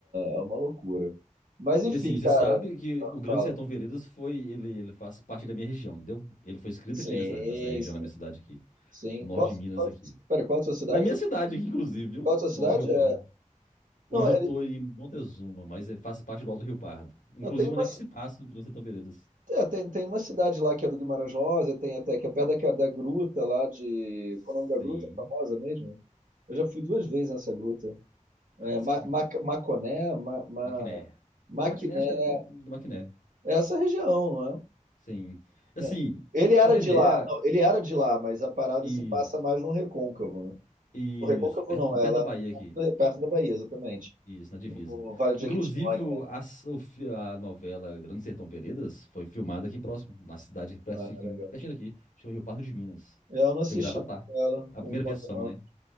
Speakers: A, on the right; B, on the left.
A: é uma loucura. Mas enfim,
B: E assim, você
A: cara,
B: sabe que o Grande
A: fala.
B: Sertão Veredas foi. Ele, ele faz parte da minha região, entendeu? Ele foi escrito
A: Sim,
B: aqui nessa, nessa região,
A: sim.
B: na minha cidade aqui.
A: sim.
B: No norte
A: Qual,
B: de Minas
A: qual,
B: aqui.
A: pera, qual a sua cidade?
B: Na minha cidade aqui, inclusive, viu?
A: Qual a sua
B: No
A: cidade?
B: Alto Rio Pardo.
A: É,
B: Hoje
A: não,
B: eu
A: ele,
B: tô em Montezuma, mas é- faz parte do Alto Rio Pardo. Inclusive,
A: não, tem uma
B: onde é que se passa o Grande Sertão Veredas?
A: É, tem, tem uma cidade lá que é do Guimarães Rosa, tem até que é perto da, da gruta lá de.
B: Sim.
A: Qual é o nome da gruta? Famosa mesmo? Eu já fui duas vezes nessa gruta.
B: Ah,
A: É,
B: esqueci
A: Ma,
B: o nome.
A: Ma, Maconé, Ma, Ma,
B: Maquiné.
A: Maquiné.
B: Na Maquiné, acho que é do Maquiné.
A: É essa região, não
B: Sim. Assim,
A: é? É. Ele era
B: pra você entender,
A: de lá, não, ele era de lá, mas a parada
B: isso.
A: se passa mais no Recôncavo, né?
B: Isso,
A: O Recôncavo
B: perto,
A: não, ela
B: perto da Bahia aqui.
A: é perto da Bahia, exatamente.
B: Isso, na divisa.
A: No Vale de
B: Inclusive,
A: Jequitinhonha,
B: o- a, s- o fi- a novela Grande Sertão Veredas foi filmada aqui próximo, na cidade perto
A: ah,
B: aqui-
A: legal.
B: pertinho daqui, chama Rio Pardo de Minas.
A: Eu não assisti
B: Foi gravado lá.
A: ela,
B: A
A: com
B: primeira
A: conta
B: versão,
A: não.
B: né?